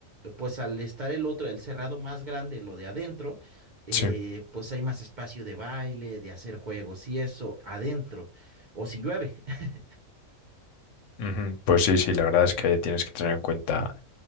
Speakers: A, on the right; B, on the left.
A: pues al estar el otro, el cerrado más grande, lo de adentro, eh,
B: Sí.
A: pues hay más espacio de baile, de hacer juegos y eso adentro, o si llueve. <laughs>
B: Ujú. Pues sí, sí, la verdad es que tienes que tener en cuenta